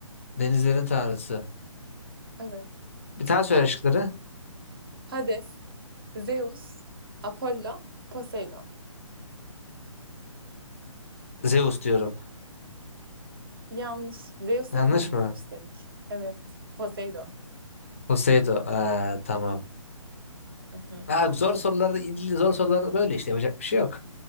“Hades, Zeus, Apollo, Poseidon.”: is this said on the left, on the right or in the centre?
Right